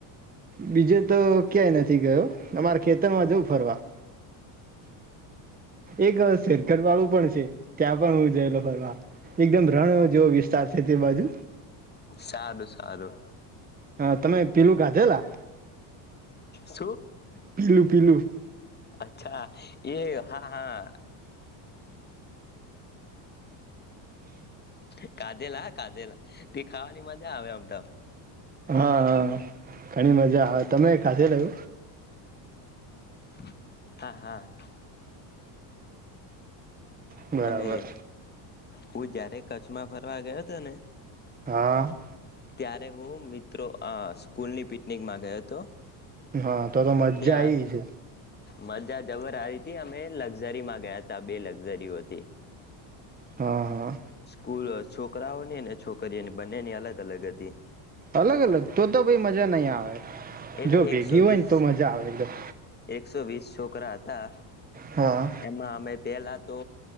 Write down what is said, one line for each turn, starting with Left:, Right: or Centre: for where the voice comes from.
Right: બીજે તો ક્યાંય નથી હતી ગયો તમારે ખેતર માં જવું ફરવા એક શેરગર વાળું પણ છે ત્યાં પણ હું જયેલો ફરવા એકદમ રણ જેવો વિસ્તાર છે તે બાજુ
Left: સારું સારું
Right: હ તમે પીલું કાધેલા
Left: શું?
Right: પીલું પીલું
Left: અચ્છા એ હા. હાા. કાધેલા હા કાધેલા તે ખાવાની મજા આવે આમ તો
Right: હા હા ઘણી મજા આવે તમે ખાધલું.
Left: <inaudible> હા હા. <inaudible>
Right: બરાબર.
Left: અને હું જયારે કચ્છમાં ફરવા ગયો હતો ને.
Right: હા
Left: ત્યારે હું મિત્રો. આ સ્કૂલની પિકનિકમાં ગયો હતો.
Right: હા તો તો મજા
Left: ત્યાં
Right: એ છે.
Left: મજા જવર આવી હતી અમે લક્ઝરી માં ગયા ત બે લક્ઝરીઓથી.
Right: હા હા.
Left: સ્કૂલ છોકરાઓ ને ને. છોકરીઓ અને બંનેની અલગ અલગ હતી.
Right: અલગ અલગ તો તો ભાઈ મજા નહી આવે
Left: એટલે
Right: જો ભેગી
Left: એકસો
Right: હોય
Left: વીસ
Right: ને તો મજા આવે એકદમ
Left: એકસો વીસ છોકરા હતા
Right: હા
Left: એમાં અમે પેલા તો